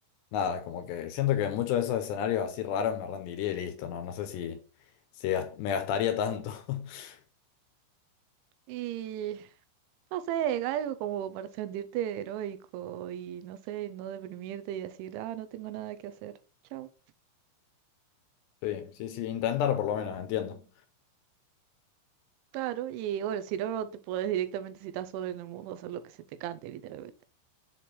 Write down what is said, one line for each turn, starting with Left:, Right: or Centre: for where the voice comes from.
Left: nada, como que siento que en muchos de esos escenarios así raros me rendiría y listo, ¿no? No sé si, si gas- me gastaría tanto. <laughs>
Right: Y no sé, algo como para sentirte heroico y no sé, no deprimirte y decir, ah, no tengo nada que hacer. Chao.
Left: Sí, sí, sí, intentar por lo menos, entiendo.
Right: Claro, y bueno, si no, no te podés directamente, si estás solo en el mundo, hacer lo que se te cante, literalmente.